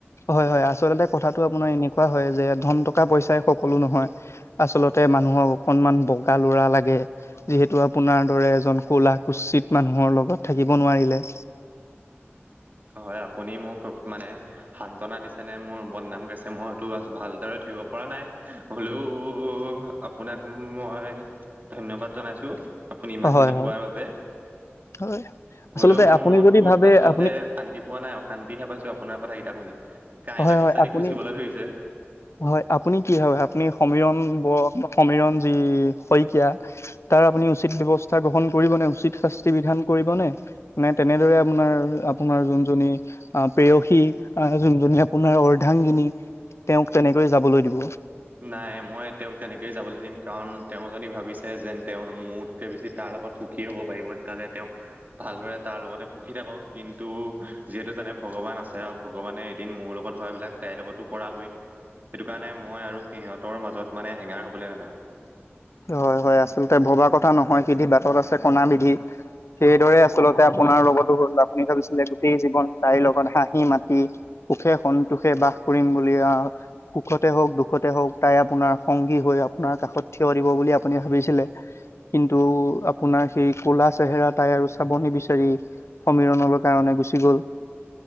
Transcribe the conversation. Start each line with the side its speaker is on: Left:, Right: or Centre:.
Left: হয় হয় আচলতে কথাতটো আপোনাৰ এনেকুৱা হয় যে ধন টকা পইচাই সকলো নহয়। আচলতে মানুহক অকণমান ব। ডেকা ল'ৰা লাগে যিহেতু আপোনাৰ দৰে এজন ক'লা কুচিত মানুহৰ লগত থাকিব নোৱাৰিলে। <unintelligible>
Right: হয় আপুনি মোক মানে সান্তনা দিছে নে মোৰ বদনাম গাইছে মইটো আ ভাল। দৰে ধৰিব পৰা নাই। হ'লেও আপোনাক মই ধন্যবাদ জনাইছো। আপুনি
Left: হয়,
Right: ইমানখিনি
Left: হয়,
Right: কোৱাৰ বাবে।
Left: হয়, আচলতে
Right: হলেও মোৰ
Left: আপুনি
Right: মনটোত
Left: যদি ভাবে
Right: আচলতে।
Left: আপুনি
Right: শান্তি পোৱা নাই অশান্তিহে পাইছো আপোনাৰ কথা কেইটা শুনি। কাঁইতে
Left: হয়,
Right: খোচ
Left: হয়, আপুনি
Right: খুচিবলে ধৰিছে।
Left: হয় আপুনি কি হয়? আপুনি সমীৰন সমৰণ যি শইকীয়া তাৰ আপুনি। উচিত ব্যৱস্থা গ্ৰহণ কৰিব নে? উচিত শাস্তি বিধান কৰিব নে? নে তেনেদৰে আপোনাৰ আপোনাৰ। যোন পেয়সী আহ যোনজনী আপোনাৰ অৰ্ধাংগিনী। তেওঁক তেনেকৈ যাবলৈ দিব।
Right: নাই মই তেওঁক তেনেকেই যাবলৈ দিম কাৰণ তেওঁ জনী ভাবিছে যেন তেওঁ মোতকে বেছি তাৰ - লগত সুখী হ'ব পাৰিব তেতিয়াহলে তেওঁ ভালদৰে তাৰ লগতে সুখী থাকক কিন্তু যিহেতু জানে- ভগৱান আছে আৰু ভগৱানে এদিন মোৰ লগত হোৱাবিলাক তাইৰ লগতো কৰাবই সেইটো কাৰণে মই আৰু সিহঁতৰ মাজত মানে হেঙাৰ হ'বলৈ নাযাওঁ।
Left: হয় হয় আচলতে ভবা কথা নহয় সিধি বাটত আছে কণা বিধি। সেইদৰে আচলতে আপোনাৰ লগতো হ'ল আপুনি ভাবিছিলে গোটেই জীৱন। তাইৰ লগত হাঁহি মাতি সুখে সন্তোষে বাস কৰিম বুলি আহ সুখতে হওক দুখতে। তে হওক তাই আপোনাৰ সংগী হৈ আপোনাৰ কাষত থিয় দিব বুলি আপুনি ভাবিছিলে। কিন্তু আপোনাৰ সেই কলা চেহেৰা তাই আৰু চাব নিবিচাৰি। সমিৰণলৈ কাৰণে গুচি গ'ল।